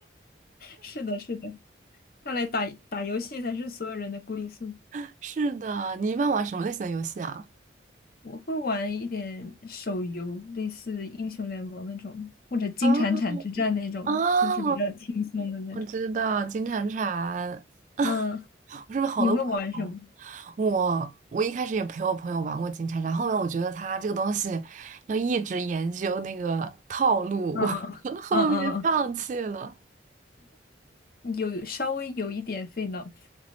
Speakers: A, on the left (about 50°); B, on the right (about 40°).
A: 是的，是的，看来打打游戏才是所有人的归宿。
B: <laughs> 是的，你一般玩什么类型的游戏啊？
A: 我会玩一点手游，类似英雄联盟那种，或者金铲铲之战那种的就是比较轻松的那种。
B: 啊啊，我知道金铲铲，<laughs>
A: 嗯，
B: 我身边好多朋友玩
A: 你会玩什么？
B: 我我一开始也陪我朋友玩过金铲铲，后面我觉得他这个东西要一直研究那个套路，
A: 嗯
B: 我 <laughs> 后面放弃了。
A: 嗯嗯嗯嗯，有稍微有一点费脑子。